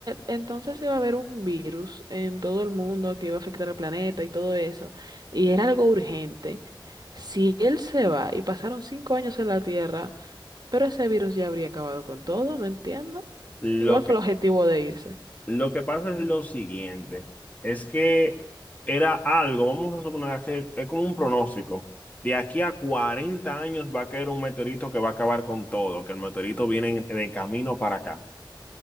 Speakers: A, on the right (about 55°); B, on the left (about 20°).
A: entonces iba a haber un virus en todo el mundo que iba a afectar al planeta y todo eso, y era algo urgente, si él se va y pasaron cinco años en la Tierra, pero ese virus ya habría acabado con todo, no entiendo.
B: Lo
A: Igual fue
B: que
A: el objetivo de irse?
B: Lo que pasa es lo siguiente, es que era algo, vamos a suponer, hacer, es como un pronóstico. De aquí a 40 años va a caer un meteorito que va a acabar con todo, que el meteorito viene en- de camino para acá.